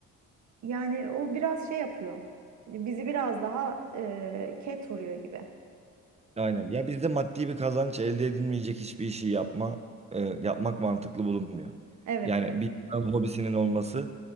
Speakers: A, on the right (about 70°); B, on the right (about 20°).
A: Yani o biraz şey yapıyor. Bizi biraz daha e, ket vuruyor gibi.
B: Aynen. Ya bizde maddi bir kazanç elde edilmeyecek hiçbir işi yapma e, yapmak mantıklı bulunmuyor.
A: Evet.
B: Yani bir insanın hobisinin olması